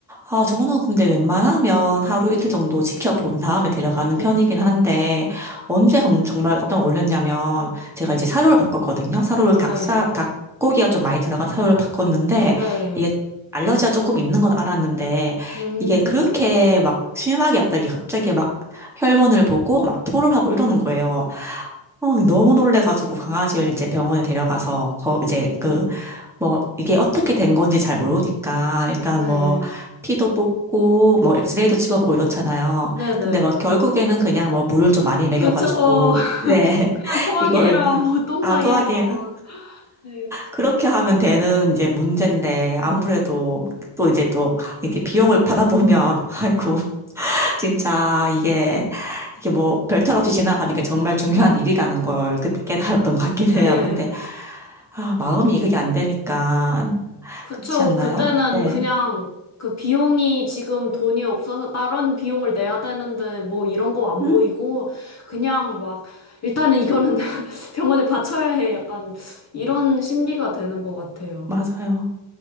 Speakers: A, in the centre; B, on the left.
A: 아, 저는 근데 웬만하면 하루 이틀 정도 지켜본 다음에 데려가는
B: 음,
A: 편이긴 한데, 언제 감- 정말 깜짝 놀랐냐면, 제가 이제 사료를 바꿨거든요. 사료를 닭사,
B: 네,
A: 닭고기가 좀 많이 들어간 사료를 바꿨는데,
B: 네,
A: 이게 알러지가 조금 있는 건 알았는데,
B: 음,
A: 이게 그렇게 막 심하게 갑자기, 갑자기 막 혈변을 보고 막 토를 하고 이러는 거예요. 어, 너무 놀래가지고 강아지를 이제 병원에 데려가서 거 이제 그 뭐 이게 어떻게 된 건지 잘 모르니까 일단
B: 네,
A: 뭐 피도 뽑고 뭐 엑스레이도 찍어보고 이렇잖아요.
B: 네네.
A: 근데 막 결국에는 그냥 뭐 물을 좀 많이 먹여가지고
B: 그쵸. <laughs>
A: 네
B: 그냥 토하게
A: <laughs> 이걸
B: 해라, 뭐, 똥
A: 아도하게
B: 싸게 해라.
A: 해라
B: 네.
A: 그렇게 하면 되는 이제 문제인데 아무래도 또 이제 또 이렇게 비용을 받아보면 <laughs> 아이고 진짜 이게 이게 뭐 별탈 없이 지나가는 게 정말 중요한 일이라는 걸 그때 깨달았던 것 같긴 해요.
B: 네,
A: 근데 아 마음이 그게 안 되니까.
B: 그쵸.
A: 그렇지 않나요?
B: 그때는
A: 네.
B: 그냥 그 비용이 지금 돈이 없어서 다른 비용을 내야 되는데 뭐 이런 거 안
A: 응?
B: 보이고 그냥 막 일단은 이거는 <laughs> 병원에 받쳐야 해. 약간 이런 심리가 되는 것 같아요.
A: 맞아요.